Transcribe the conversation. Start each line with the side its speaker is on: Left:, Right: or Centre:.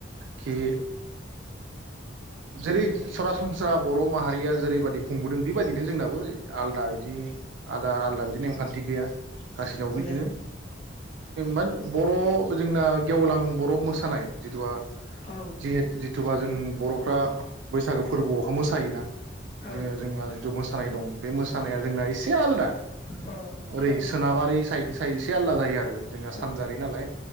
Right: खि जेरै सरासनस्रा बर' माहारिया जेरैबादि खुंबोदों बेबायदिनो जोंनाबो आलदा बिदि आलदा आलदा बिदि नेमखान्थि गैया गासैनावबो
Left: औ गैया
Right: बिदिनो मोन बर' जोंना गेवलां बर' मोसानाय जिथुबा
Left: औ
Right: जेहे जिथुबा जों बर' फोरा बैसागो फोरबोआवहा मोसायोना
Left: औ
Right: जोङो
Left: ओ
Right: जोंहा जिथु मोसानाय दं बे मोसानाया जोंना एसे आलदा
Left: ओ
Right: ओरै
Left: सा
Right: सोनाबारि साइड साइ एसे आलदा जायो आरो जोंना
Left: औ
Right: सानजारि नालाय